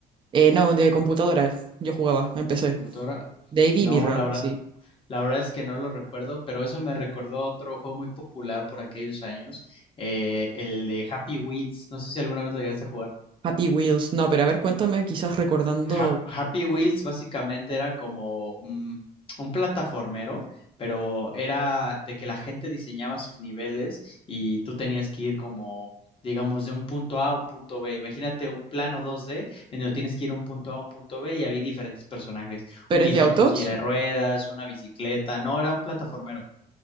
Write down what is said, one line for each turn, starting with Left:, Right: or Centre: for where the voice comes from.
Right: Eh, no, de computadora, yo jugaba, empecé.
Left: ¿Computadora?
Right: Devi
Left: No,
Right: Mirra,
Left: la verdad,
Right: sí.
Left: la verdad es que no lo recuerdo, pero eso me recordó otro juego muy popular por aquellos años, eh, el de Happy Wheels. No sé si alguna vez lo llegaste a jugar.
Right: Happy Wheels, no, pero a ver, cuéntame, quizás recordando.
Left: Hap- Happy Wheels básicamente era como mm, un plataformero, pero era de que la gente diseñaba sus niveles y tú tenías que ir como, digamos, de un punto A a un punto B. Imagínate un plano 2D en donde tienes que ir a un punto A a un punto B y había diferentes personajes,
Right: ¿Pero
Left: un viejito
Right: es de autos?
Left: en silla de ruedas, una bicicleta, no, era un plataformero.